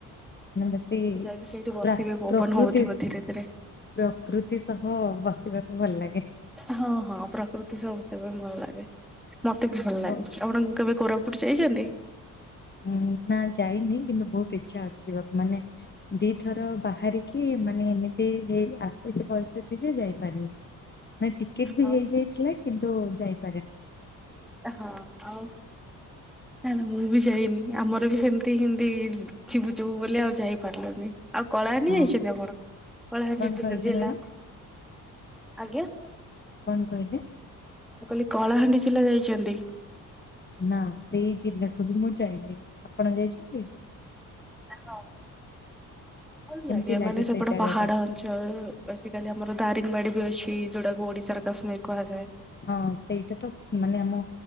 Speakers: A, on the left; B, in the centre.
A: ବେଶୀ
B: ଯାଇକି ସେଇଠି ବସିବି
A: ପ୍ରାକ୍-
B: ପବନ
A: ପ୍ରକୃତି
B: ହଉଥିବ ଧୀରେ ଧୀରେ
A: ପ୍ରକୃତି ସ। ହଁ ବସିବାକୁ ଭଲ ଲାଗେ।
B: ହଁ ହଁ ପ୍ରକୃତି ସବୁ ସେବେ ଭଲ ଲାଗେ ମତେ ଭଲ ଲାଗେ
A: ଆଉ
B: ଆପଣଙ୍କୁ କେବେ କୋରାପୁଟ ଯାଇଛନ୍ତି?
A: ଉଁ ନା ଯାଇନି କିନ୍ତୁ ବହୁତ ଇଚ୍ଛା ଅଛି ଯିବାକୁ ମାନେ ଦିଥର ବାହାରିକି ମାନେ ଏମିତି ହେଇ ଆସିଛି ପରିସ୍ଥିତି ଯେ ଯାଇପାରିବୁ। ନା ଟିକେଟ ବି
B: ଆଉ
A: ହେଇଯାଇଥିଲା କିନ୍ତୁ ଯାଇ
B: ହଁ ଆଉ ନା ନା ମୁଁ ବି ଯାଇ ଆମର ବି ସେମିତି ହିନ୍ଦିଜ୍ ଯିବୁ ଯିବୁ ବୋଲି ଆଉ ଯାଇ ପାରିଲୁନି। ଆଉ କଳାହାଣ୍ଡି
A: ହଁ।
B: ଯାଇଛନ୍ତି ଆପଣ? କଳାହାଣ୍ଡି
A: କଣ
B: ଟିକେ
A: କହିଲେ
B: ଜିଲ୍ଲା
A: ମ୍ୟାଡାମ
B: ଆଜ୍ଞା।
A: କଣ କହିଲେ
B: ମୁଁ କହିଲି କଳାହାଣ୍ଡି ଜିଲ୍ଲା ଯାଇଛନ୍ତି?
A: ନା ସେଇ ଜିଲ୍ଲାକୁ ବି ମୁଁ ଯାଇନି। ଆପଣ ଯାଇଛନ୍ତି?
B: ହଁ ଭଲ
A: କେମିତି
B: ଲାଗେ ମାନେ ସେପଟେ
A: ସେଇ ଜାଗା
B: ପାହାଡ
A: ଟା
B: ଅଞ୍ଚଳ ବେସିକାଲି ଆମର ଦାରିଙ୍ଗବାଡି ବି ଅଛି ଯୋଉଟା ଓଡ଼ିଶା ର କାଶ୍ମୀର କୁହାଯାଏ।
A: ହଁ ସେଇଟା ତ ମାନେ ଆମ